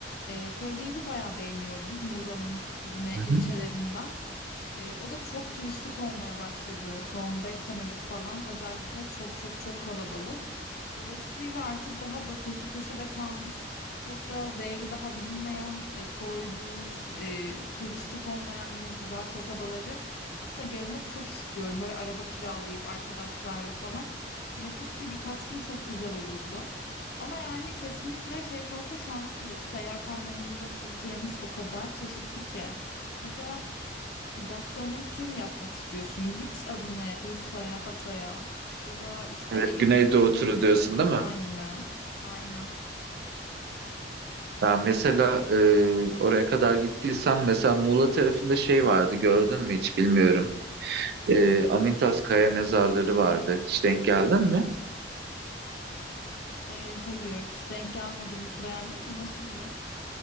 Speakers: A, on the left (about 55°); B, on the right (about 60°).
A: E, Köyceğiz'i bayağı beğeniyorum. Muğla'nın yine
B: Hı hı.
A: ilçelerinden. E, o da çok turistik olmaya başladı son 5 senedir falan. Özellikle çok çok çok kalabalık. Dolayısıyla artık daha böyle kıyı köşede kalmış, çok da değeri daha bilinmeyen e, koydur, e, turistik olmayan yine güzel kasabaları aslında gezmek çok istiyorum. Böyle araba kiralayıp arkadaşlarla falan. Nefis bir birkaç gün çok güzel olurdu. Ama yani kesinlikle şey konusunda şanslıyız. Seyahat anlamında Türkiye'miz o kadar çeşitli ki. Mesela gastronomik tur mu yapmak istiyorsun? Git Adana'ya, Urfa'ya, Hatay'a ya da işte
B: Evet
A: Ege
B: Güneydoğu
A: kıyılarında
B: turu
A: yüzmek
B: diyorsun
A: istiyorsan
B: değil mi?
A: yine. Aynen.
B: Ben mesela e, oraya kadar gittiysen mesela Muğla tarafında şey vardı gördün mü hiç bilmiyorum. e, Amintas Kaya mezarları vardı. Hiç denk geldin mi?
A: Ee, hayır, denk gelmedim. Beğendin mi? Nasıldı?